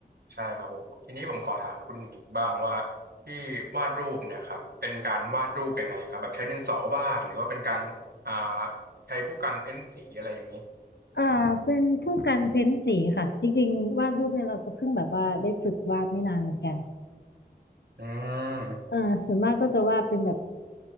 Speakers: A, on the right; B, on the left.
A: ใช่ครับผมทีนี้ผมขอถามคุณหญิงบ้างว่าที่วาดรูปเนี่ยครับเป็นการวาดรูปยังไงครับแบบใช้ดินสอวาดหรือว่าเป็นการอ่าใช้พวกการเพ้นสีอะไรอย่างนี้
B: อ่าเป็นผู้กันเพ้นสีค่ะจริงๆวาดรูปเนี่ยเราก็เพิ่งแบบว่าได้ฝึกวาดไม่นานเหมือนกัน
A: อืม
B: เออส่วนมากก็จะวาดเป็นแบบ